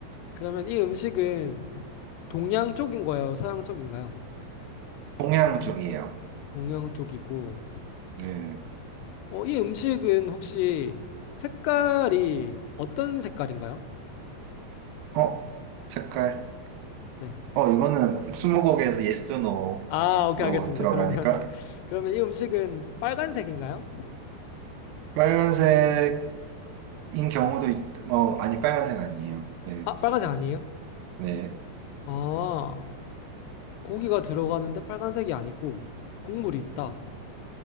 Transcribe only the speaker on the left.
그러면 이 음식은 동양 쪽인 거예요? 서양 쪽인가요?
동양 쪽이고.
어, 이 음식은 혹시 색깔이 어떤 색깔인가요?
네.
아, 오케이, 알겠습니다.
그러면 그러면 이 음식은 빨간색인가요?
아, 빨간색 아니에요?
아, 고기가 들어가는데 빨간색이 아니고 국물이 있다.